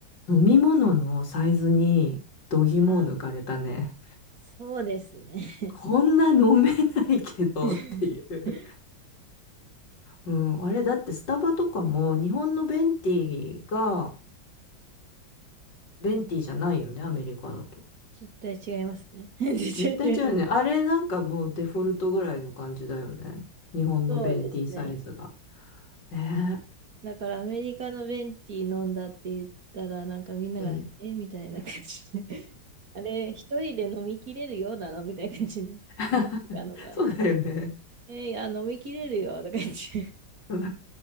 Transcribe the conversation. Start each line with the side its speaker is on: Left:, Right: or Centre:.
Left: う。飲み物のサイズに度肝を抜かれたね。
Right: あそうですね。
Left: こんな飲めないけどっていう。
Right: <laughs>
Left: うん、あれだってスタバとかも日本のベンティがベンティじゃないよね、アメリカだと。
Right: 絶対違いますね。<laughs> 絶対違います。
Left: 絶対違うよね。あれなんかもうデフォルトぐらいの感じだよね。日本のベンティサイズが。
Right: そうですね。
Left: ね
Right: だからアメリカのベンティー飲んだって言ったら、なんかみんなが、
Left: え。うん。
Right: えみたいな感じで。<laughs> あれ、一人で飲みきれるようなのみたいな感じで。
Left: <laughs>
Right: あの場合。
Left: そうだよね。
Right: えーいや、飲みきれるよとか言って。好
Left: う